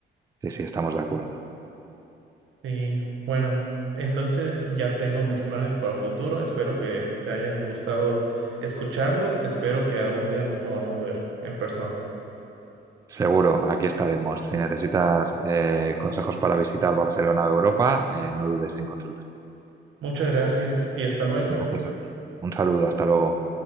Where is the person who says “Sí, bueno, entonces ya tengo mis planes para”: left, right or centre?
Right